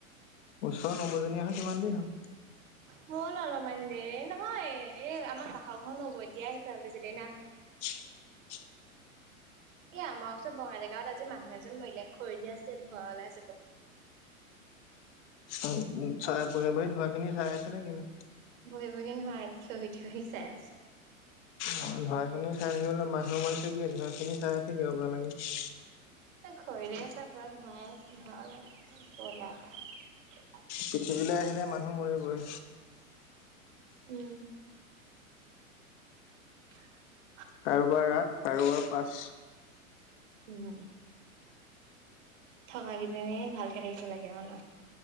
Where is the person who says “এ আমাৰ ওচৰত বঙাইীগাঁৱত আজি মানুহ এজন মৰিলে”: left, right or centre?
Right